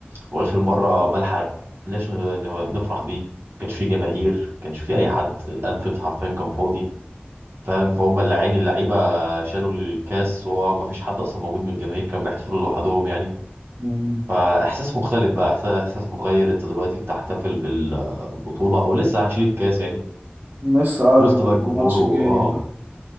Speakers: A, on the right (about 70°); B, on the right (about 50°).
A: واخر مره ما لحقناش ن- ن- نفرح بيه كانش فيه جماهير كانش فيه
B: أه.
A: اي حد الانفيلد حرفيا كان فاضي فاهم فهم اللي عيني اللعيبه شالوا الكاس وهو ما فيش حد اصلا موجود من الجماهير كان بيحتفلوا لوحدهم يعني
B: مم.
A: فاحساس مختلف بقى احساس احساس مغير انت دلوقتي بتحتفل بالبطوله او لسه هنشيل الكاس يعني
B: لسه اه
A: وسط بقى
B: الماتش
A: الجمهور و-
B: الجاي
A: اه
B: بقى